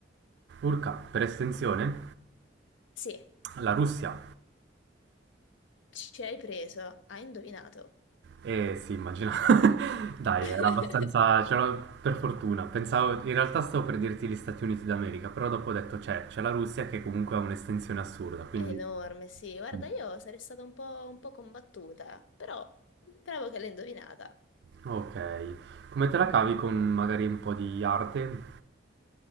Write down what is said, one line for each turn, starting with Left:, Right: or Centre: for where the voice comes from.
Right: Urca, per estensione,
Left: Sì,
Right: la Russia.
Left: ci hai preso, hai indovinato.
Right: Eh sì, immagino. <laughs> Dai,
Left: <laughs>
Right: era abbastanza... c'era- per fortuna. Pensavo, in realtà stavo per dirti gli Stati Uniti d'America, però dopo ho detto c'è, c'è la Russia che comunque ha un'estensione assurda, quindi...
Left: È enorme, sì. Guarda,
Right: mm,
Left: io sarei stata un po', un po' combattuta, però bravo che l'hai indovinata.
Right: Ok. Come te la cavi con magari un po' di arte?